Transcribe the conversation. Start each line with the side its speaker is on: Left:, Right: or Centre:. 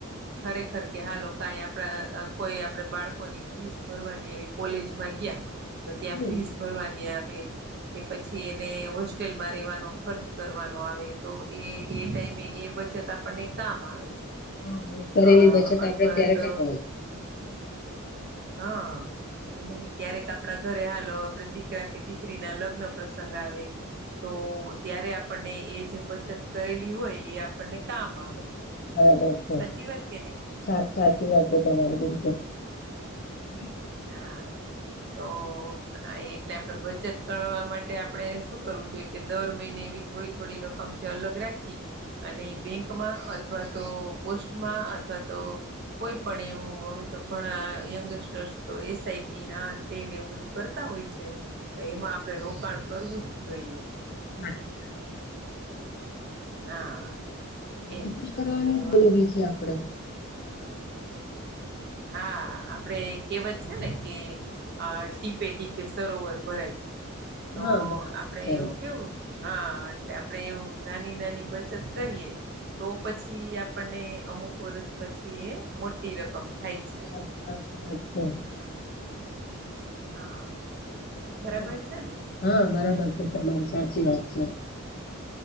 Right: ખરેખર કે હા લોકા <unintelligible> કોઈ આપે બાળકો ની ફીસ ભરવાની એવી કોલેજમાં ગીયા તો ત્યાં
Left: હમ
Right: ફીસ ફરવાની આવે કે પછી એને હોસ્ટેલમાં રેવાનો ખર્ચ કરવાનો આવે તો એ ટાઈમે એ બચત આપણને કામ આવે છે
Left: હા એ કરેલી
Right: અ
Left: બચત
Right: અથવા
Left: આપડે ત્યારે
Right: તો
Left: કામ આવે
Right: હ અને ક્યારેક આપણા ઘરે હાલો આપડે દીકરા કે દીકરી ના લગ્ન પ્રસંગ આવે તો ત્યારે આપણને એ જે બચત કરેલી હોય એ આપણને કામ આવે
Left: બરાબર છે.
Right: સાચી વાત કેની
Left: સા સાચી વાત તમારી <unintelligible>
Right: હા તો એટલે આપણેે બચત કરવા માટે આપણે શું કરવું જોઈએ કે દર મહિને એવી થોડી થોડી રકમ, <unintelligible> અલગ રાખી અને બેંકમાં અથવા તો પોસ્ટમાં અથવા તો કોઈ પણ એવું અવે તો ઘણા યંગસ્ટર્સ તો એસ આઈ પી ને આતે એવું બધું કરતા હોય છે, તો એમાં આપણેે રોકાણ કરવું જ જોઈએ.
Left: <inaudible>
Right: હા
Left: <inaudible>
Right: એમ
Left: કરવાની
Right: તો
Left: જરૂરી છે, આપડે
Right: હા આપડે કેવત છે, ને કે અ ટીપે ટીપે સરોવર ભરાય
Left: હા
Right: તો
Left: બરાબર
Right: આપડે
Left: છે
Right: એવું કેવું હા એટલે આપણેે એવું નાની નાની બચત કરીએ તો પછી આપણને અમુક વર્ષ પછી એ મોટી રકમ થાય છે.
Left: હા, સાચી વાત છે.
Right: હા હા બરાબર
Left: હા
Right: છે ને?
Left: હા બરાબર છે. તમારી સાચી વાત છે.